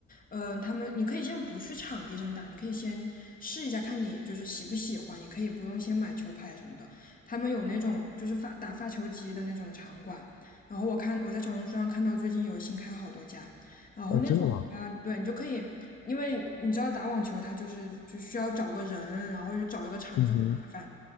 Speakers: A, on the left; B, on the left.
A: 嗯、他们你可以先不去场地上打，你可以先试一下，看你就是喜不喜欢，也可以不用先买球拍什么的。他们有那种就是发打发球机的那种场馆，然后我看我在小红书上看到最近有新开好多家，然后那种的话，
B: 哦，真的吗？
A: 对你就可以，因为你知道打网球它就是就需要找个人，然后就找一个场地就很麻烦。
B: 嗯哼，